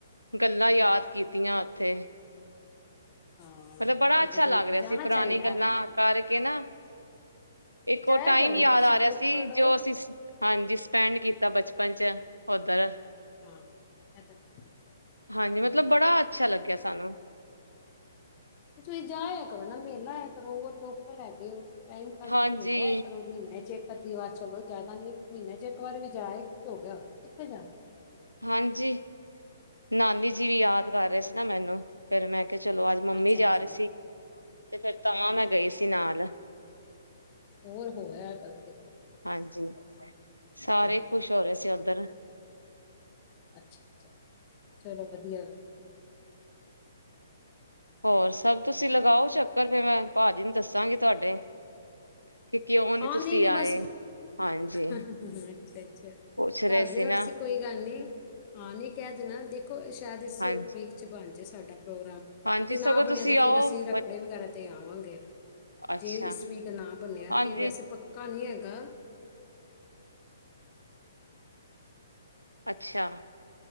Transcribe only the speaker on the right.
ਗੱਲਾਂ ਯਾਦ ਕੀਤੀਆਂ ਉੱਥੇ <unintelligible>
ਮਤਲਬ
ਬੜਾ ਅੱਛਾ
ਲੱਗ
ਰਿਹਾ
ਸੀ
ਪੁਰਾਣੀ ਗੱਲਾਂ
ਕਰਕੇ ਨਾ ਇੱਕ
ਉਹ ਟਾਈਮ
ਯਾਦ
ਆ ਰਿਹਾ
ਸੀ
ਜੋ ਅਸੀਂ ਹਾਂਜੀ ਸਪੈਂਡ ਕੀਤਾ ਬਚਪਨ ਚ ਹੋਦਾਰ
ਹਾਂਜੀ ਮੈਂ ਮਤਲਬ ਬੜਾ ਅੱਛਾ ਲੱਗਿਆ ਸਾਨੂੰ
ਹਾਂਜੀ
ਹਾਂਜੀ ਨਾਨੀ ਜੀ ਵੀ ਯਾਦ ਕਰ ਰਹੇ ਸੀ ਨਾ ਮੈਨੂੰ ਫੇਿਰ ਮੈਂ ਕਿਹਾ ਚਲੋ ਅੱਜ ਮੰਮੀ
ਜਾ
ਰਹੀ ਸੀ ਤੇਥ ਤਾਂ ਮੈਂ ਗਈ
ਸੀ ਨਾਲ
ਹਾਂਜੀ ਸਾਰੇ
ਖੁਸ਼ ਹੋ ਰਹੇ ਸੀ ਅੰਦਰਰ
ਹੋਰ ਸਭ ਤੁਸੀਂ ਲਗਾਓ ਚੱਕਰ ਫਿਰ ਮੈਂ ਭਾਜੀੀ ਨੂੰ ਦੱਸਾਂਗੀ ਤੁਹਾਡੇ ਕਿ ਕਿਉਂ ਨੀ
ਤੁਸੀਂ
ਆਏ ਹਾਂਜੀ
ਪੁੱਛ ਰਹੇ
ਸੀ
ਨਾ
ਹਾਂਜੀ
ਹਾਂਜੀ
ਸਗੋਂ
ਤੁਸੀਂ
ਆਓ
ਬ
ਅੱਛਾ
ਹਾਂਜੀ
ਅੱਛਾ